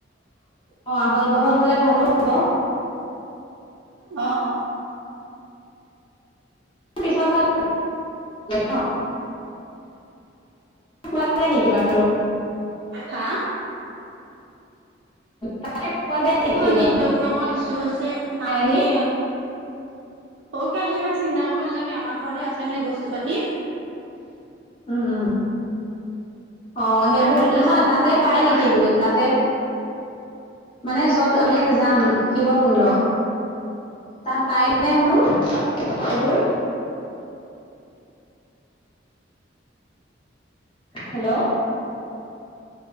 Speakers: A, on the left (about 30°); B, on the right (about 80°).
A: অ, আহল বহল হলে ভালো হ'ব।
B: অ।
A: পিছ ভাল ন পোৱা যায় নেকি বাৰু।
B: হা।
A: তাতে পোৱা যায় নেকি বাৰু
B: নেটৱৰ্ক অকণ ইছ্যু হৈছে হা
A: আহি
B: এ। চৰো কেৰাহি ইমান চিন্তা কৰিব নালাগে আমাৰ ঘৰতে আছে মানে বস্তু পাতি।
A: উম, উম অ, সেইবোৰ
B: তাৰ পৰাই লৈ
A: নহয়
B: যাম আৰু
A: তাতে পাই
B: এতিয়া
A: নেকি
B: আই
A: বোলো। তাতে মানে যত আমি যাম শিৱকুণ্ড। তাত পায় নে বোলো এইবোৰ। হেল্ল'।